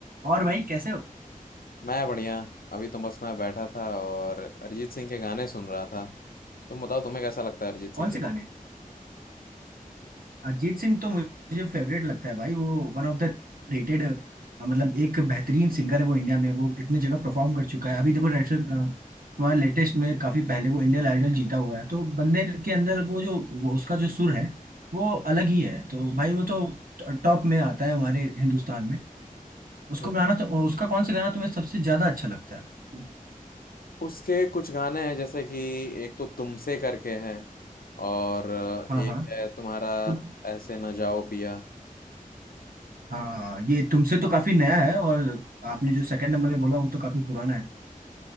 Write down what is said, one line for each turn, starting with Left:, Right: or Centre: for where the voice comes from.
Right: और भाई कैसे हो
Left: मैं बढ़िया अभी तो बस मैं बैठा था और अरिजीत सिंह के गाने सुन रहा था तुम बताओ तुम्हें कैसा लगता है अरिजीत
Right: कौन
Left: सिंह
Right: से
Left: के गाने?
Right: गाने अरिजीत सिंह तो मुझे फेवरेट लगता है भाई वो वन ऑफ द रेटेड मतलब एक बेहतरीन सिंगर है वो इंडिया में वो कितने जगह परफॉर्म कर चुका है अभी देखो रेसेंट तुम्हारा लेटेस्ट में काफी पहले वो इंडियन आइडल जीता हुआ है तो बंदे के अंदर वो जो वो उसका जो सुर है वो अलग ही है तो भाई वो तो टॉप में आता है हमारे हिंदुस्तान में उसको
Left: बिल्कुल।
Right: गाना तो उसका कौन सा गाना तुम्हें सबसे ज्यादा अच्छा लगता है
Left: उसके कुछ गाने हैं जैसे कि एक तो तुमसे करके है और
Right: हाँ
Left: एक
Right: हाँ
Left: है तुम्हारा
Right: तो-
Left: ऐसे ना जाओ पिया
Right: हाँ ये तुमसे तो काफी नया है और आपने जो सेकंड नंबर में बोला वो तो काफी पुराना है